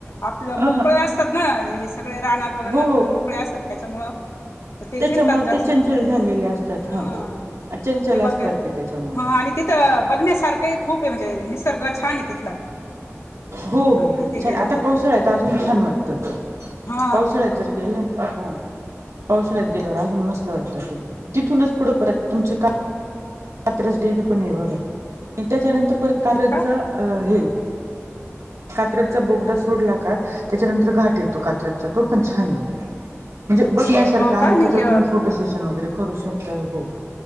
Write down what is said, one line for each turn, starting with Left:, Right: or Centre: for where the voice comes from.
Left: आप
Right: अ
Left: मोकळे असतात ना सगळे रान क
Right: हो
Left: असत त्याच्यामुळं ते
Right: त्याच्यामुळे
Left: फिरतात जास्त,
Right: ते चंचल झालेले असतात
Left: हा
Right: चंचल
Left: मी
Right: असतात
Left: बघेल
Right: ते त्याच्यामुळे
Left: हा आणि तिथं बघण्यासारखं खूप आहे म्हणजे निसर्ग छान आहे तिथला.
Right: हो
Left: आम्ही
Right: हो
Left: तिथे गेलो
Right: छान आता
Left: तर
Right: पावसाळ्यात अजून छान वाटतं
Left: हा
Right: पावसाळ्यात जर गेलं ना हा
Left: हम्म
Right: पावसाळ्यात गेल्यावर अजून मस्त वाटत ते तिथूनच पुढे परत तुमचे का कात्रज डेरी पण आहे बघा आणि त्याच्यानंतर
Left: हम्म
Right: परत कात्रजचा
Left: का
Right: हे कात्रचा बोगदा सोडला का त्याच्यानंतर घाट येतो कात्रजचा तो पण छान आहे
Left: <unintelligible>
Right: म्हणजे बघण्यासारखं
Left: हो
Right: आहे
Left: का नाही
Right: तिथं तुम्ही फोटो सेशन वगैरे करू शकता हो.